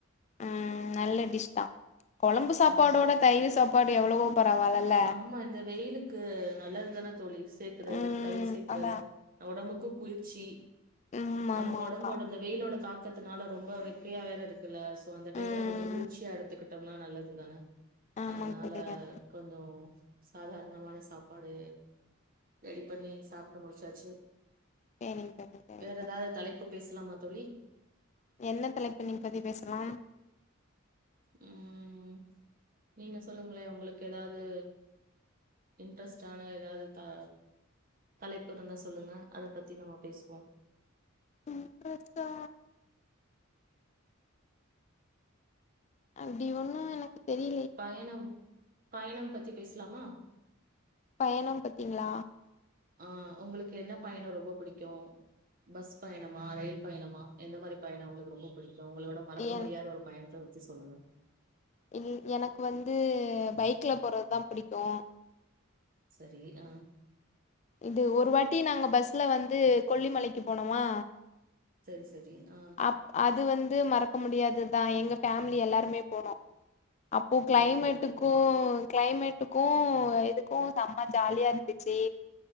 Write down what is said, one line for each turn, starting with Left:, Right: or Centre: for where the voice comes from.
Left: ம் நல்ல டிஷ் தா கொழம்பு சாப்பாடோட
Right: ஆ
Left: தயிர் சாப்பாடு எவ்வளவோ பரவால்லல்ல
Right: ஆமா இந்த வெயிலுக்கு நல்லதுதானே தோழி சேக்கறது
Left: ம்
Right: தயிர் சேக்கறது
Left: அதா
Right: உடம்புக்கு குளிர்ச்சி
Left: ம் ஆமா
Right: நமக்கு ஒடம்போட
Left: ஆமா
Right: அந்த வெயிலோட தாக் கத்துனால ரொம்ப வெக்கையா வேற இருக்குல்ல சோ அந்த டைம்ல
Left: ம்
Right: கொஞ்சோ குளிர்ச்சியா எடுத்துக்கிட்டோம்னா நல்லது தானே
Left: ஆமாங்
Right: அதனால
Left: தோழி கண்டிப்பா.
Right: உம் சாதாரணமான சாப்பாடு ரெடி பண்ணி சாப்டு முடிச்சாச்சு
Left: சேரிங் தோழி சேரிங்
Right: வேற
Left: தோழி
Right: எதாவது தலைப்பு பேசலாமா தோழி
Left: என்ன தலைப்பு நீ பத்தி பேசலாம்
Right: உம் நீங்க சொல்லுங்களே உங்களுக்கு ஏதாவது இன்ட்ரெஸ்ட்டான ஏதாவது த தலைப்பு இருந்தா சொல்லுங்க அத பத்தி நம்ம பேசுவோம்
Left: இன்ட்ரெஸ்டா அப்டி ஒண்ணும் எனக்கு தெரி
Right: பயணம் பயணம் பத்தி பேசலாமா
Left: பயணம் பத்தீங்களா
Right: ஆஹ் உங்களுக்கு என்ன பயணம் ரொம்ப பிடிக்கும் பஸ் பயணமா ரயில் பயணமா எந்த மாதிரி பயணம் உங்களுக்கு ரொம்ப பிடிக்கும் உங்களோட மறக்க
Left: என்
Right: முடியாத ஒரு பயணத்த சொல்லுங்க
Left: இ எனக்கு வந்து பைக்ல போறதுதா பிடிக்கும்
Right: சரி அஹ்
Left: இது ஒரு வாட்டி நாங்க பஸ்ல வந்து கொல்லிமலைக்கு போனோமா
Right: சரி சரி ஆஹ்
Left: அப் அது வந்து இது மறக்க முடியாதுதா எங்க ஃபேம்லி எல்லாருமே போனோம் அப்போ கிளைமேட்டுக்கும்
Right: நல்லது நல்லது
Left: கிளைமேட்டுக்கு இதுக்கு செம்ம ஜாலியா இருந்துச்சு